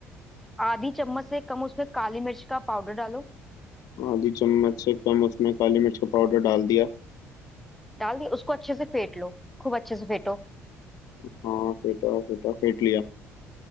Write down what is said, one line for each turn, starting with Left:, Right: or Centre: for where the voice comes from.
Centre: आधी चम्मच से कम उसमें काली मिर्च का पाउडर डालो
Left: आधी चम्मच से कम उसमें काली मिर्च का पाउडर डाल दिया
Centre: डाल दिया उसको अच्छे से फेंट लो खूब अच्छे से फेंटो
Left: हाँ फेंटा फेंटा फेंट लिया